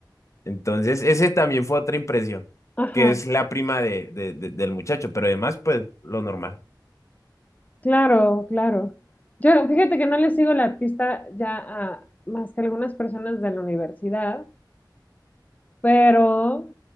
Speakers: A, on the left; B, on the left.
A: Entonces, ese también fue otra impresión,
B: Ajá.
A: que es la prima de, de- de- del muchacho, pero además, pues lo normal.
B: Claro, claro. Yo, fíjate que no le sigo la pista ya a más que algunas personas de la universidad, pero